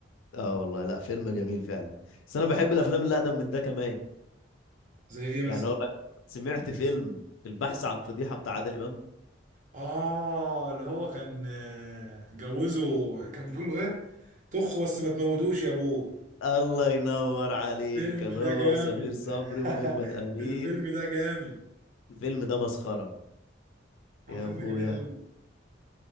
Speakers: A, on the left; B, on the right.
A: اه والله لا فيلم جميل فعلا بس انا بحب الافلام اللي اقدم من ده كمان
B: زي ايه
A: يعني
B: مثلا
A: اقول لك سمعت فيلم البحث عن فضيحة بتاع عادل امام
B: اه اللي هو كان آه، جوزه كان بتقول له ايه طخ بس ما تموتوش يا ابوي
A: الله ينور عليك
B: الفيلم
A: كان
B: ده
A: هو
B: جامد
A: وسمير صبري
B: <laughs>
A: وميرفت امين
B: الفيلم ده جامد
A: الفيلم ده مسخرة
B: هو
A: يا
B: فيلم
A: ابويا
B: جميل قوي